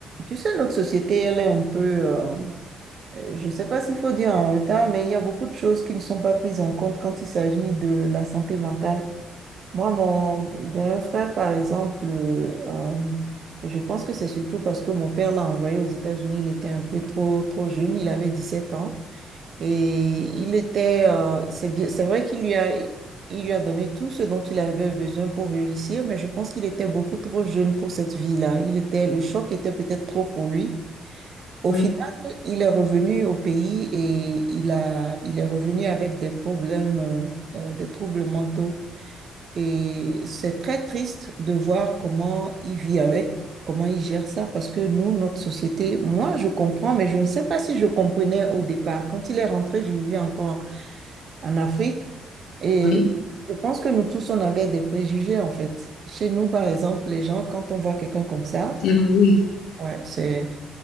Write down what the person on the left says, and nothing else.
Oui,
oui,
c'est
le oui,